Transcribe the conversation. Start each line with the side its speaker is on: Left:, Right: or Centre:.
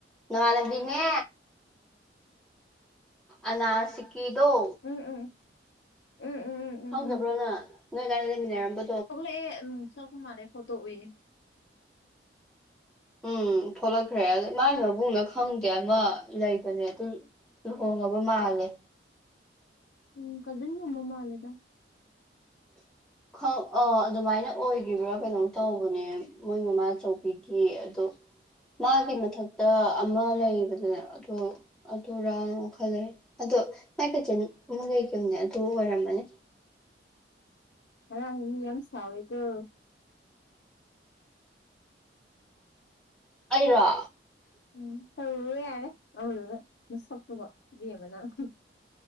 Centre: ꯅꯅꯨꯡꯃꯅꯕꯤꯅꯦ ꯑꯅꯥꯁꯤꯀꯤꯗꯨꯣ
Left: ꯎꯝ ꯎꯝ ꯎꯝ ꯎꯝ ꯎꯝ ꯎꯝ
Centre: ꯈꯪꯗꯕ꯭ꯔꯣ
Left: ꯎꯝ
Centre: ꯉꯥ ꯅꯣꯏ ꯀꯥꯏꯥꯟꯗ ꯂꯩꯃꯤꯟꯅꯔꯝꯕ
Left: ꯊꯣꯛꯂꯛꯑꯦ ꯎꯝ ꯊꯣꯛꯂꯛꯄ ꯃꯥꯜꯂꯦ ꯐꯠꯇꯣ ꯎꯏꯌꯦ
Centre: ꯎꯝ ꯊꯣꯛꯂꯛꯈ꯭ꯔꯦ ꯑ ꯃꯥꯒꯤ ꯃꯕꯨꯡꯅ ꯈꯪꯗꯦ ꯑꯃ ꯂꯩꯕꯅꯦ ꯑꯗꯨ ꯂꯨꯍꯣꯡꯉꯕ ꯃꯥꯜꯂꯦ
Left: ꯎꯝ ꯀꯖꯤꯟꯒꯨꯝꯕ ꯃꯥꯟꯂꯦꯗ
Centre: <inaudible> ꯑ ꯑꯗꯨꯃꯥꯏꯅ ꯑꯣꯏꯈꯤꯕ꯭ꯔꯥ ꯀꯩꯅꯣꯝ ꯇꯧꯕꯅꯦ ꯃꯣꯏ ꯃꯃꯥ ꯑꯆꯧꯕꯤꯒꯤ ꯑꯗꯨ ꯃꯥꯒꯤ ꯃꯊꯛꯇ ꯑꯃ ꯂꯩꯕꯅꯦ ꯑꯗꯣ ꯑꯗꯨꯔꯥꯅꯨ ꯈꯜꯂꯦ ꯑꯗꯣ ꯃꯥꯏ ꯀꯖꯤꯟ ꯑꯃ ꯂꯩꯈꯤꯕꯅꯦ ꯑꯗꯨ ꯑꯣꯏꯔꯝꯃꯅꯤ
Left: ꯉꫪꯥꯡ ꯃꯤ ꯌꯥꯝ ꯁꯥꯎꯋꯦꯀꯣ
Centre: ꯑꯩꯔꯣ
Left: ꯎꯝ ꯇꯧ ꯌꯥꯔꯦ ꯑꯃꯣꯏꯗꯨꯒ ꯅꯁꯛꯇꯨꯒ ꯏꯕꯦꯝꯃ ꯅꯪ